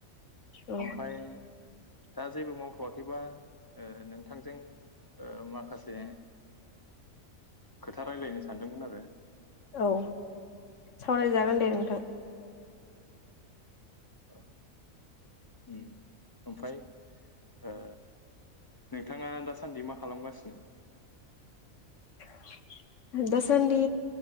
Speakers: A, on the left; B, on the left.
A: औ
B: ओमफाय दा जेबो मावथ'आाखैबा ओ नोंथांजों ओ माखासे खोथा रायलायनो सानदोंमोन आरो।
A: औ। सावरायजागोन दे नोंथां।
B: ओ उम ओमफाय ओ नोंथाङा दासान्दि मा खालामगासिनो?
A: <inaudible> दासानदि